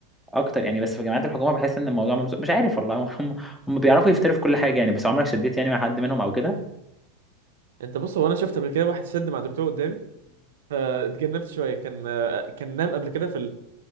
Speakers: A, in the centre; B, on the right.
A: اكتر يعني بس في جامعات الحكومة بحس ان الموضوع ممس... مش عارف والله <laughs> هم هم بيعرفوا يفتروا في كل حاجة يعني بس عمرك شديت يعني مع حد منهم او كده
B: انت بص هو انا شفت قبل كده واحد شد مع دكتور قدامي فاتجنبت شويه كان كان نام قبل كده في